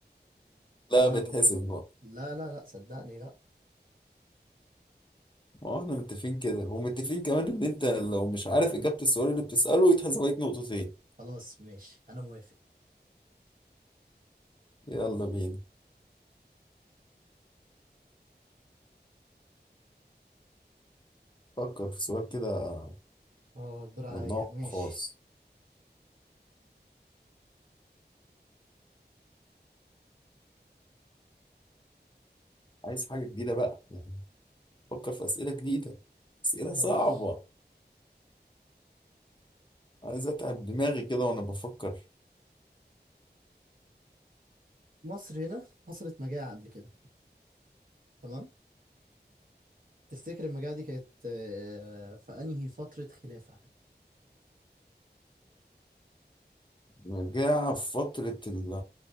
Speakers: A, on the left; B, on the right.
A: لا
B: انا
A: بتحسب
B: ب... ب...
A: نقطة
B: لا لا لا صدقني لا
A: ما هو إحنا متفقين كده ومتفقين كمان إن أنت لو مش عارف إجابة السؤال اللي بتسأله يتحسب عليك نقطتين
B: خلاص ماشي انا موافق
A: يلا بينا فكر في سؤال كده
B: اه الدور عليا
A: من نوع
B: ماشي
A: خاص عايز حاجة جديدة بقى يعني بفكر في أسئلة جديدة أسئلة
B: ماشي
A: صعبة عايز أتعب دماغي كده وأنا بفكر
B: مصر هنا حصلت مجاعة قبل كده تمام تفتكر المجاعة دي كانت آه، في انهي فترة خلافة
A: مجاعة في فترة ال